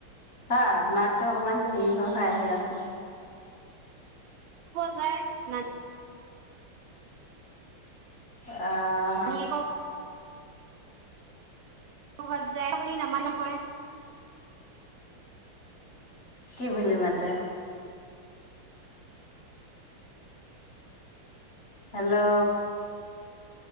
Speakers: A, on the left; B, on the right.
A: হয় মাততো অকমান হেৰি হয় খায়হে আছে।
B: য নাই <unintelligible>
A: আঃ
B: নানীয়েকৰ বহুত যায় বুলি নামা নহয়৷
A: কি বুলি মাতে? হেল্ল'